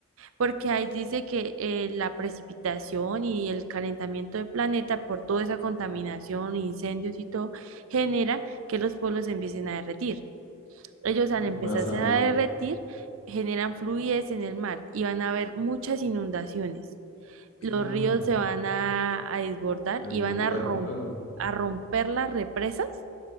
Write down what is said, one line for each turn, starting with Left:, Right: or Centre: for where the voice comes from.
Right: porque ahí dice que eh, la precipitación y el calentamiento del planeta por toda esa contaminación, incendios y todo, genera que los pueblos se empiecen a derretir. Ellos al empezarse
Left: Más agua,
Right: a derretir, generan fluidez en el mar y van a haber muchas inundaciones.
Left: claro,
Right: Los ríos se van a, a desbordar
Left: a desbordar,
Right: y van a, rom-
Left: claro.
Right: a romper las represas